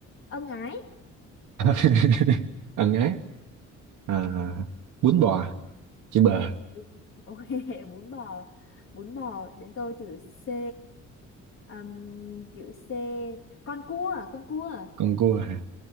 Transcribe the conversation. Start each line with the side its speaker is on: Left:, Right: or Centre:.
Left: ân ái
Right: <laughs> ẩn ái à, bún bò chữ bờ
Left: Bún- ok <laughs> bún bò bún bò đến tôi chữ C Ừm, chữ C con cua con cua
Right: con cua hả